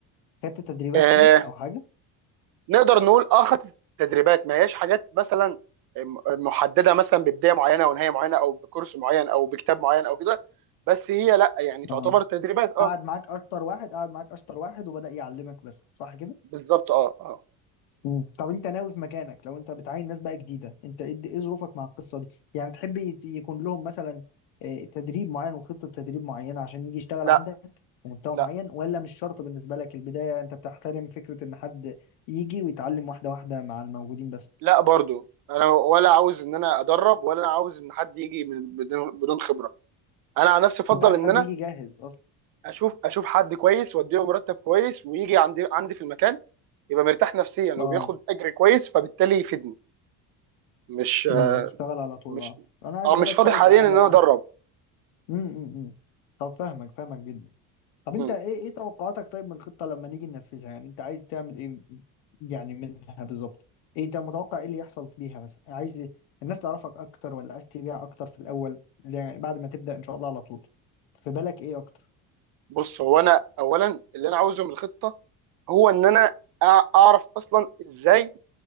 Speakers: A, on the left (about 80°); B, on the right (about 55°).
A: خدت تدريبات
B: آه
A: فيه او حاجه
B: نقدر نقول اه خدت تدريبات ما هياش حاجات مثلا محدده مثلا ببدايه معينه او نهايه معينه او بكورس معين او بكتاب معين او كده بس هي لا يعني تعتبر
A: اه
B: تدريبات اه
A: قعد معاك اشطر واحد قعد معاك اشطر واحد وبدأ يعلمك بس صح
B: بالظبط اه اه
A: مم. طب انت ناوي في مكانك لو انت بتعين ناس بقى جديده انت ايه ايه ظروفك مع القصه دي يعني تحب يت- يكون لهم مثلا آه، تدريب معين وخطه تدريب معينه عشان يجي يشتغل
B: لا
A: عندك بمستوى
B: لا
A: معين ولا مش شرط بالنسبه لك البدايه انت بتحترم فكره ان حد يجي ويتعلم واحده واحده مع الموجودين بس
B: لا برضو انا ولا عاوز ان انا ادرب ولا انا عاوز ان حد يجي من- بدون بدون خبره انا عن نفسي افضل
A: انت عايز
B: ان
A: حد
B: انا
A: يجي جاهز اصلا
B: اشوف اشوف حد كويس واديله مرتب كويس ويجي عندي عندي في المكان يبقى مرتاح نفسيا وبياخد
A: اه
B: اجر كويس فبالتالي يفيدني مش
A: مم، يشتغل على طول
B: مش
A: اه انا عايز
B: اه مش
A: اسالك
B: فاضي
A: طيب
B: حاليا
A: على
B: ان انا ادرب
A: امم امم طب فاهمك فاهمك جدا طب
B: مم.
A: انت ايه ايه توقعاتك طيب من الخطة لما نيجي ننفذها يعني انت عايز تعمل ايه يعني منها بالظبط ايه انت متوقع ايه اللي يحصل بيها مثلا عايز الناس تعرفك اكتر ولا عايز تبيع اكتر في الاول يعني بعد ما تبدأ ان شاء الله على طول في بالك ايه اكتر
B: بص هو انا اولا اللي انا عاوزه من الخطه هو ان انا أع- اعرف اصلا ازاي